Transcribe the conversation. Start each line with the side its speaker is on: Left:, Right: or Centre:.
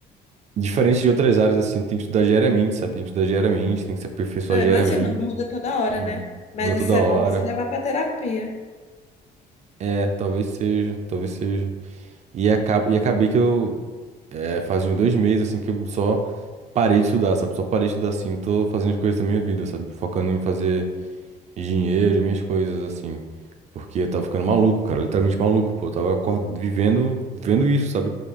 Right: diferente de outras áreas assim, tem que estudar diariamente, sabe? Tem que estudar diariamente, tem que se aperfeiçoar
Left: Eu
Right: diariamente,
Left: imagino, muda toda hora,
Right: tudo mais.
Left: né? Mas
Right: Muda toda
Left: isso é
Right: hora.
Left: bom para você levar para terapia.
Right: É, talvez seja, talvez seja. E, acaba, e acabei que eu É, faz uns dois meses, assim, que eu só parei de estudar, sabe? Só parei de estudar, assim, tô fazendo as coisas da minha vida, sabe? Focando em fazer dinheiro e minhas coisas, assim. Porque eu tava ficando maluco, cara, literalmente maluco, pô. Eu tava acor- vivendo, vendo isso, sabe?